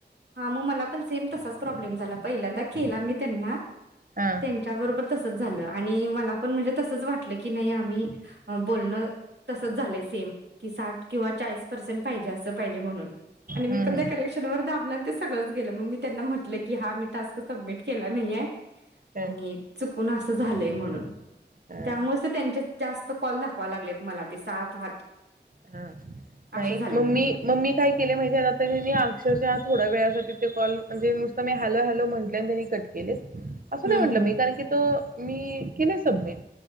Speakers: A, on the right; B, on the right.
A: हा म मला पण सेम तसाच प्रॉब्लेम झाला पहिल्यांदा केला मी त्यांना
B: हा
A: त्यांच्याबरोबर तसंच झालं आणि मला पण म्हणजे तसंच वाटलं की नाही आम्ही अ बोलण तसंच झालंय सेम की साठ किंवा चाळीस परसेंट पाहिजे अस पाहिजे म्हणून आणि मी
B: हम्म
A: पण
B: हम्म
A: त्या करेक्शन वर दाबलं आणि ते सगळंच म मि त्यांना म्हटलं कि हा मी टास्क सबमिट केला नाहीयाय.
B: काय
A: आणि चू पण असं झालंय म्हणून
B: हा
A: त्यामुळेच तर त्यांचेच जास्त कॉल दाख दाखवा लागलेत मला ते सात, आठ
B: हा नाही
A: असे झालेत
B: म मी, म मी काय केले माहिते का आता त्यांनी अक्षरशः थोड्या वेळा होते ते कॉल म्हणजे मी नुसतं हॅलो-हॅलो म्हटले आणि त्यांनी कट केलेत. असं
A: हम्म
B: नाही म्हटलं
A: हम्म
B: मी कारण की तो मी केल सबमिट.